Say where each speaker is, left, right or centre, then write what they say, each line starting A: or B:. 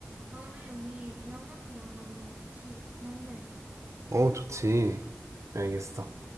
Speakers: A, on the right; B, on the right.
A: 다음에 우리 대형마트 가서 한번 같이 구경도 해보자.
B: 어, 좋지. 알겠어.